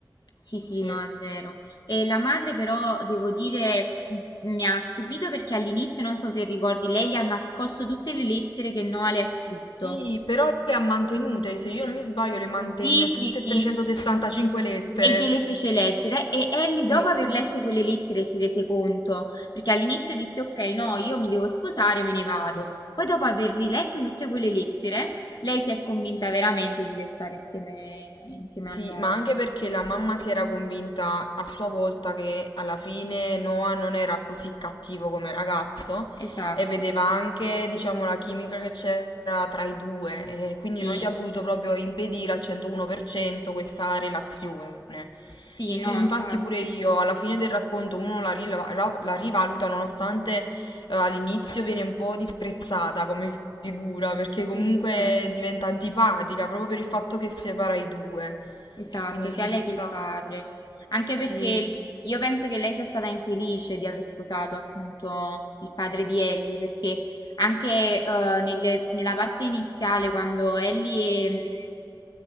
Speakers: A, on the left; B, on the left.
A: Sì, sì,
B: sì.
A: no, è vero. E la madre però, devo dire, m- mi ha stupito perché all'inizio, non so se ricordi, lei gli ha nascosto tutte le lettere che Noah le ha scritto.
B: Sì, però le ha mantenute, se io non mi sbaglio le mantenne
A: Sì, sì,
B: tutte
A: sì.
B: e 365 lettere.
A: e gliele fece leggere e Ellie
B: Sì,
A: dopo aver letto quelle lettere si rese conto, perché all'inizio disse ok, no, io mi devo sposare, me ne vado. Poi dopo aver riletto tutte quelle lettere, lei si è convinta veramente di restare insieme, insieme
B: sì,
A: a Noah.
B: ma anche perché la mamma si era convinta a sua volta che alla fine Noah non era così cattivo come ragazzo
A: Esatto.
B: e vedeva anche, diciamo, la chimica che c'era tra i due e quindi
A: Sì,
B: non gli ha voluto proprio impedire al 101% questa relazione.
A: sì,
B: E
A: no,
B: infatti
A: infatti.
B: pure io alla fine del racconto uno la rila- la- la rivaluta nonostante eh, all'inizio viene un po' disprezzata come fi- figura perché comunque
A: Sì, infatti.
B: diventa antipatica proprio per il fatto che separa i due.
A: Esatto,
B: Quindi
A: sia
B: sì,
A: lei
B: ci sta.
A: che il padre. Anche
B: Sì,
A: perché l- io penso che lei sia stata infelice di aver sposato appunto il padre di Ellie, perché anche eh, nelle- nella parte iniziale, quando Ellie e, mm,